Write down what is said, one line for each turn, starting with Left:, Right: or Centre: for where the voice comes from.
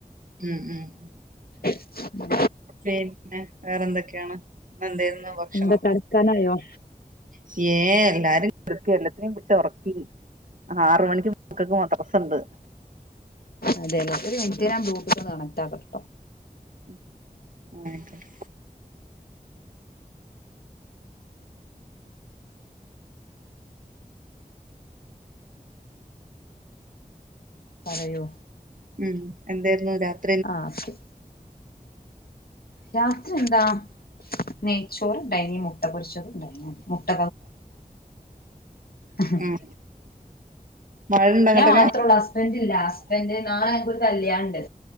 Right: ഉം ഉം
Left: ഉം
Right: പിന്നെ വേറെ എന്തൊക്കെ ആണ് ഇന്ന് എന്തേരുന്നു ഭക്ഷണം.
Left: എന്താ കടക്കാനായോ
Right: ച്യേ എല്ലാരും കെട്ക്ക എല്ലത്തിനി ച്ചൊറക്കി ആറ് മണിക്ക് മക്കക്ക് മദ്രസ്ണ്ട്.
Left: അതേലെ. ഒരു മിൻറ്റ് ഞാൻ ബ്ലൂട്ടൂത്തൊന്ന് കണക്റ്റ് ആക്കട്ടെ
Right: ഉം. ഇന്നായ്ക്കോട്ടെ
Left: പറയു
Right: ഉം എന്തേരുന്നു രാത്
Left: ആ ശെ രാത്രി എന്താ നെയ്ച്ചോറ് ഇണ്ടായിനി. മുട്ട പൊരിച്ചതുണ്ടായിന് മുട്ട <unintelligible>
Right: ഉം
Left: <unintelligible>
Right: മഴണ്ടോ അങ്ങട്ടൊക്കെ
Left: ഞാൻ മാത്ര ഉള്ളൂ ഹസ്ബൻ്റ് ഇല്ല ഹസ്ബൻ്റ് നാളെ ഇൻകൊരു കല്ല്യാണണ്ട്